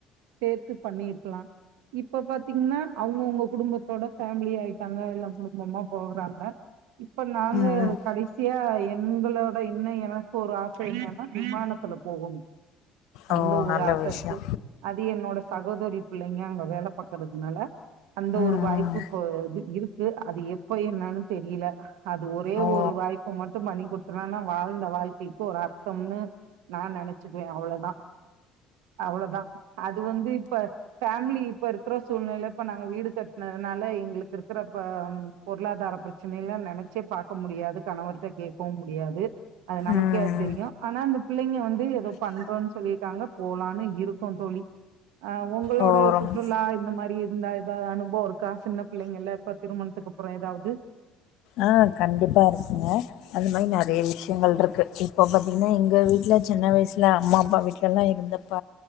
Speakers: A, on the right; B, on the left.
A: சேத்து பண்ணிர்க்கலா இப்ப பாத்தீங்ன்னா அவுங்கவுங்க குடும்பத்தோட ஃபேமிலி ஆயிட்டாங்க எல்லா குடும்பமா போறாங்க இப்ப நாங்க
B: ம் ம்.
A: கடைசியா எங்களோட இன்ன எனக்கு ஒரு ஆச என்னன்னா விமானத்துல போகணு அந்த
B: ஓ நல்ல
A: ஒரு ஆச
B: விஷயோ
A: இருக்கு அது என்னோட சகோதரி பிள்ளைங்க அங்க வேல பாக்குறதுனால அந்த
B: ம்
A: ஒரு
B: ம்.
A: வாய்ப்பு இப்ப இரு கு அது எப்ப என்னன்னு தெரியல அது ஒரே
B: ஓ
A: ஒரு வாய்ப்பு மட்டும் பண்ணி கொடுத்தன்னா வாழ்ந்த வாழ் க் போறார் கம்னு நா நெனச்சிகுவே அவ்ளோதா அவ்ளோதா அது வந்து இப்ப ஃபேமிலி இப்ப இருக்கற சூழ்நெல இப்ப நாங்க வீடு கட்னதுனால எங்களுக்கிருக்கிற ப பொருளாதார பிரச்சனைல நெனச்சே பார்க்க முடியாது கணவர்ட்ட கேட்கவு முடியாது அது நமக்கே
B: ம்
A: அது தெரியு ஆனா அந்தப் பிள்ளைங்க வந் து ஏதோ பண்றோன்னு சொல்லிருக்காங்க போலான்னு இருக்கோ தோலி ஆஹ உங்களோட
B: ஓ ரொம்
A: சுற்றுலா இந்த மாரி இ ந்தா ஏதாவது அனுபோ இருக்கா சின்ன பிள்ளைங்கல இப்ப திருமணத்துக்குகப்புறோ ஏதாவது
B: ஆஹ கண்டிப்பா இருக்குங்க அந்த மாரி நெறைய விஷயங்கள் இருக்கு இப்போ பாத்தீங்ன்னா எங்க வீட்டுல சின்ன வயசுல அம்மா அப்பா வீட்டுலல்லா இருந்தப்ப